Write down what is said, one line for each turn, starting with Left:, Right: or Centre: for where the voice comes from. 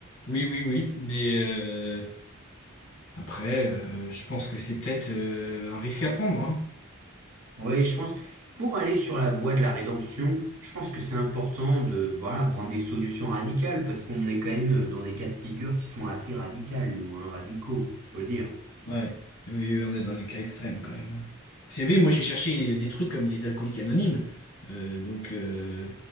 Left: Oui, oui, oui. Mais euh, après, euh, je pense que c'est peut-être euh, un risque à prendre, hein.
Right: Ouais, je pense, pour aller sur la voie de la rédemption, je pense que c'est important de voilà, prendre des solutions radicales, parce qu'on est quand même dans des cas de figure qui sont assez radicales, nous, hein, radicaux, faut le dire.
Left: Ouais. Oui, oui, on est dans des cas extrêmes quand même. hein. Vous savez, moi j'ai cherché des trucs comme les alcooliques anonymes. Euh, donc euh,